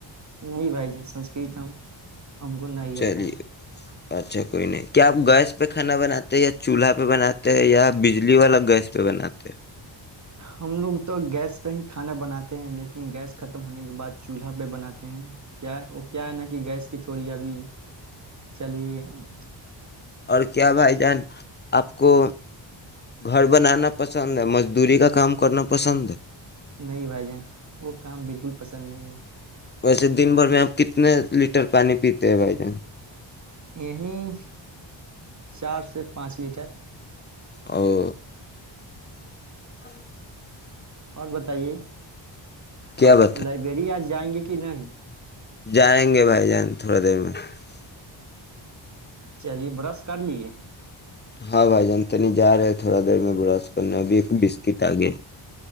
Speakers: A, on the right (about 35°); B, on the left (about 25°).
A: نہیں بھائی ج سنسکرت ہم <unintelligible> ہم کو نہیں
B: چلیے
A: آتا ہے
B: اچھا کوئی نہیں کیا آپ گیس پہ کھانا بناتے ہیں یا چولہا پہ بنے ہیں یا بجلی والا گیس پہ بناتے <unintelligible>
A: ہم لوگ تو گیس پہ ہی <unintelligible> کھانا بناتے ہیں لیکن گیس ختم ہونے کے بعد چولہا پہ بناتے ہیں کیا وہ کیا ہے نا کہ گیس کی تھوڑی ابھی چلیے <unintelligible>
B: اور کیا بھائی جان <unintelligible> آپ کو گھر بنانا پسند ہے مزدوری کا کام کرنا پسند ہے <unintelligible>
A: نہیں بھائی جان وہ کام بالکل پسند نہیں ہے <unintelligible>
B: ویسے دن بھر میں آپ کتنے لیٹر پانی پیتے ہیں بھائی جان <unintelligible>
A: یہ چار سے پانچ لیٹر <unintelligible>
B: اور <inaudible> ہ <inaudible>
A: اور بتائیے <unintelligible>
B: کیا
A: آپ
B: بتا
A: لائبریری آ جی <unintelligible> جائیں گے کہ نہیں <unintelligible>
B: جائیں گے بھائی جان تھوڑا دیر میں <unintelligible>
A: چلیے برش کر لیے
B: ہاں بھائی جان ت نہیں جا رہے تھوڑا دیر میں براس کرنا ابھی ایک بسکٹ آگیا